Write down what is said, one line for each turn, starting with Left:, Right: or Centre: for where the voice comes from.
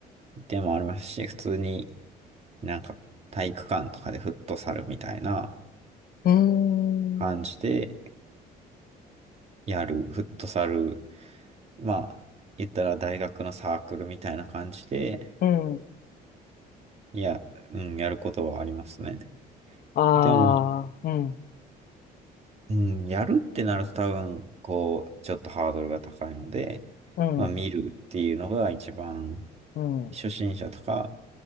Right: でもありますし、普通になんか体育館とかでフットサルみたいな
Left: うーん、
Right: 感じで、やる、フットサル、まあ、言ったら大学のサークルみたいな感じで、
Left: うん。
Right: いや、うん、やることはありますね。
Left: ああ、
Right: でも、
Left: うん、
Right: うん、やるってなると多分、こう、ちょっとハードルが高いので、
Left: うん、
Right: まあ、見るっていうのが一番、
Left: うん、う
Right: 初心者とか